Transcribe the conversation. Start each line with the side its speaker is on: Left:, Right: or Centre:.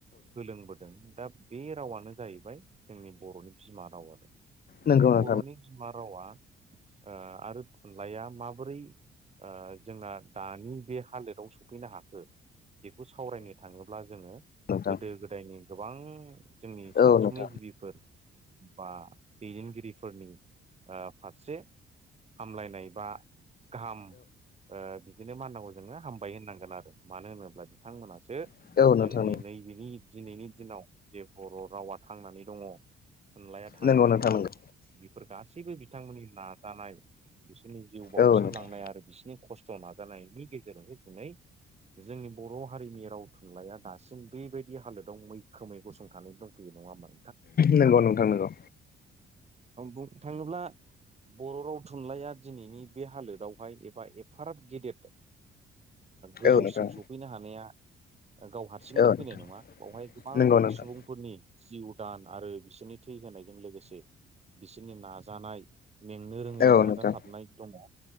Right: सोलोंबोदों दा बे रावानो जाहैबाय जोंनि बर'नि बिमा राव आरो। दा
Left: नंगौ
Right: बे बर'नि बिमा रावा ओ आरो थुनलाइया माबोरै ओ जोंना दानि बे हालोदाव सफैनो हाखो बेखौ सावरायनो थाङोब्ला जोङो
Left: नोंथां
Right: गोदो गोदायनि गोबां जोंनि सानसुमै
Left: औ नोंथां नंगौ नोंथां नंगौ औ नोंथां औ नोंथां
Right: गिबिफोर बा दैदेनगिरि फोरनि ओ फारसे हामलायनाय बा गाहाम ओ बिदिनो माननांगौ जोङो हामबाय होननांगोन आरो मानो होनोब्ला बिथांमोनासो जोंनि
Left: औ औ नोंथां
Right: नैबेनि दिनैनि दिनाव जे बर' रावा थांनानै दङ थुनलाइया थांनानै
Left: नंगौ नोंथां
Right: दङ
Left: नंगौ
Right: बेफोर गासैबो बिथांमोननि नाजानाय बि सोरनि जिउ बाउसोमलांनाय
Left: औ नोंथां
Right: आरो बिसिनि खस्थ' नाजानायनि गेजेरजोंसो दिनै जोंनि बर' हारिनि राव थुनलाइया दासिम बेबायदि हालोदाव मैखोमै गसंथानानै दंथैयो नङा होनबा।
Left: नंगौ नोंथां नोंगौ
Right: बुंनो थाङोब्ला बर' राव थुनलाइया दिनैनि बे हालोदावहाय एबा एफाराब गेदेर ओ गोजौसिम
Left: औ नोंथां
Right: सफैनो हानाया गाव हारसिङैनो
Left: औ
Right: फैनाय
Left: नोंथां
Right: नङा बावहाय गोबां
Left: नंगौ नोंथां
Right: सुबुंफोरनि जिउ दान आरो बिसोरनि थै होनायजों लोगोसे बिसोरनि नाजानाय मेंनो रोङै
Left: औ
Right: नाजाथाबनाय
Left: नोंथां
Right: दङ।